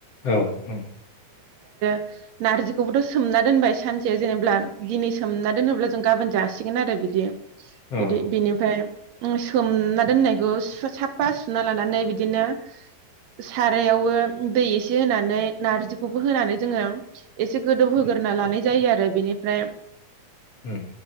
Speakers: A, on the left; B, on the right.
A: ओं औ
B: नार्जिखौबोथ' सोमना दोनबाय सानसे जेनेब्ला दिनै सोमना दोनोब्ला जों गाबोन जासिगोन आरो बिदि।
A: औ
B: बिदि बेनिफ्राय उम सोमना दोननायखौ साफा सुना लानानै बिदिनो सारायावबो दै एसे होनानै नारजिखौबो होनानै जोङो एसे गोदौ होग्रोना लानाय जायो आरो बेनिफ्राय
A: उम